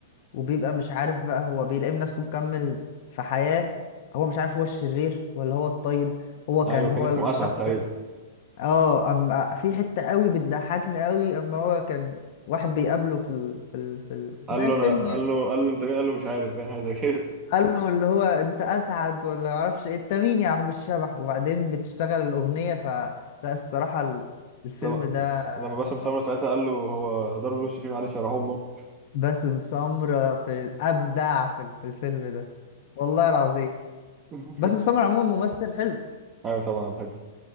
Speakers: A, on the left (about 50°); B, on the right (about 20°).
A: وبيبقى مش عارف بقى هو بيلاقي نفسه مكمل في حياة هو مش عارف هو الشرير ولا هو الطيب هو كان
B: ايوه كان
A: هو
B: اسمه
A: الشخص
B: اسعد تقريبا
A: ال- اه اما في حتة قوي بتضحكني قوي اما هو كان واحد بيقابله في ال... في ال... في ال... اثناء
B: قال له
A: الفيلم
B: انا قال
A: يعني
B: له قال له انت مين قال له مش عارف باين حاجه زي كده
A: قال له اللي هو انت اسعد ولا معرفش ايه انت مين يا عم الشبح وبعدين بتشتغل الاغنية ف لا الصراحة ال-
B: <laughs>
A: الفيلم
B: لما
A: ده
B: لما باسم سمره
A: رائع
B: ساعتها قال له هو ضرب الوش فيه معلش يا امك
A: باسم سمرة في ابدع في ال- في الفيلم ده والله العظيم
B: <laughs>
A: باسم سمرة عموما ممثل حلو
B: ايوه طبعا بحبه